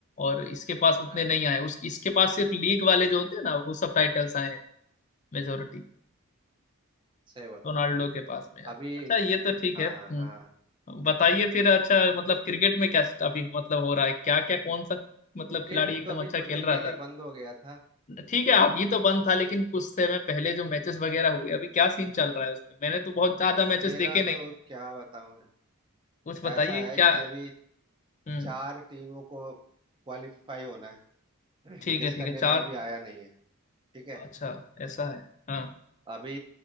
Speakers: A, on the left; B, on the right.
A: और इसके पास उतने
B: हाँ
A: नहीं आए उस इसके पास सिर्फ लीग वाले जो होते हैं ना वो सब टाइटल्स आए हैं मेजोरिटी
B: सही बताया
A: रोनाल्डो के पास में यार
B: अभी
A: अच्छा ये तो ठीक
B: हाँ
A: है हम्म,
B: हाँ
A: बताइए फिर अच्छा मतलब क्रिकेट में क्या अभी मतलब हो रहा है क्या क्या कौन सा मतलब
B: क्रिकेट
A: खिलाड़ी एकदम
B: तो अभी
A: अच्छा
B: कुछ
A: खेल
B: दिन
A: रहा
B: के लिए
A: था
B: बंद हो गया था
A: ठीक है अभी तो बंद था लेकिन कुछ समय पहले जो मैचेस वगैरह हुए अभी क्या सीन चल रहा है उसमें मैंने तो बहुत ज्यादा मैचेस
B: मेरा
A: देखे नहीं
B: तो क्या बताऊं यार,
A: कुछ बताइए
B: ऐसा है
A: क्या
B: कि अभी
A: हम्म
B: चार टीमों को क्वालिफाई होना है
A: ठीक
B: <clears throat> जिसका
A: है ठीक
B: निर्णय
A: है चार
B: अभी आया नहीं है ठीक है
A: अच्छा ऐसा है हाँ
B: अभी